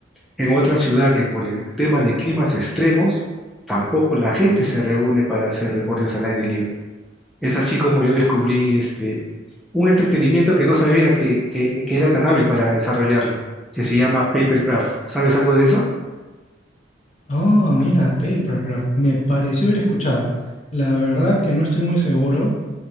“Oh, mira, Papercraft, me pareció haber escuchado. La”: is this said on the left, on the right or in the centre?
Left